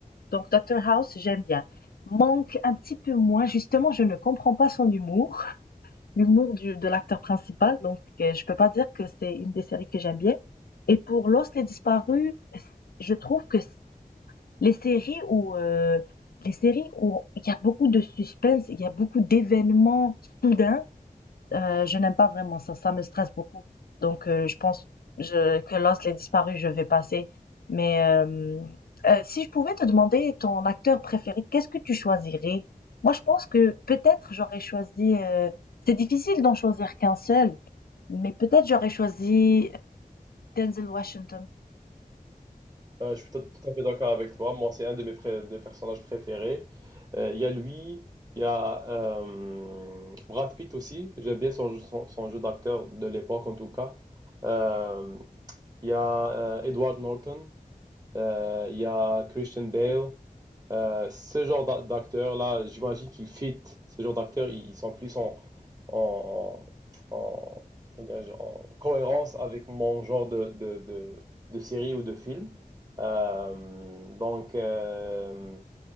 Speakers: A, on the left; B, on the right.
A: Donc, Dr. House, j'aime bien. Manque un petit peu moins, justement, je ne comprends pas son humour, l'humour du- de l'acteur principal, donc euh, je peux pas dire que c'est une des séries que j'aime bien. Et pour Lost les disparus, je trouve que les séries où, heu, les séries où il y a beaucoup de suspense, il y a beaucoup d'événements soudains, heu, je n'aime pas vraiment ça, ça me stresse beaucoup. Donc heu, je pense je que Lost, Les Disparus, je vais passer. Mais hem, heu, si je pouvais te demander ton acteur préféré, qu'est-ce que tu choisirais? Moi, je pense que peut-être j'aurais choisi, heu, c'est difficile d'en choisir qu'un seul, mais peut-être j'aurais choisi Denzel Washington.
B: Euh, je suis tout, tout à fait d'accord avec toi. Moi, c'est un de mes, pré- de personnages préférés. Euh, Il y a lui, il y a euh, Brad Pitt aussi. J'aime bien son, son, son jeu d'acteur de l'époque, en tout cas. Euh, Il y a euh, Edward Norton, Euh, il y a Christian Bale. Euh, ce genre d'a- d'acteur-là, j'imagine qu'ils fit. Ce genre d'acteurs, ils ils sont plus en, en, en, comment dirais-je, en cohérence avec mon genre de, de, de, de série ou de film. Euh, donc, euh,